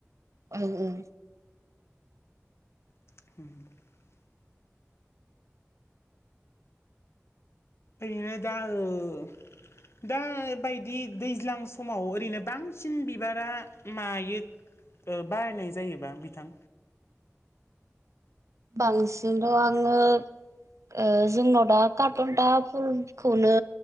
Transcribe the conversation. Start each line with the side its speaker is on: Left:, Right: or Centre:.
Right: औ औ
Left: ह <unintelligible> बेयो दा ओ दा बायदि दैज्लां समाव ओरैनो बांसिन बिबारा मायो ओ बारायनाय जायोबा बिथां।
Right: बांसिनल' आङो। ओ जोंनाव दा कार्टन बा फुलखौनो